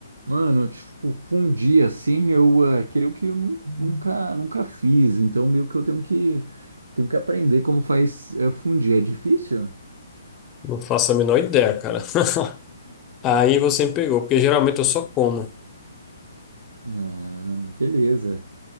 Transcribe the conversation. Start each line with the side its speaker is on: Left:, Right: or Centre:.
Right: mano, tipo, fundir assim, eu ah, creio que eu nu- nunca, nunca fiz, então meio que eu tenho que, tenho que aprender como faz eh, fundir. É difícil?
Left: Não faço a menor ideia, cara. <laughs> Aí você me pegou, porque geralmente eu só como.
Right: Ah, beleza.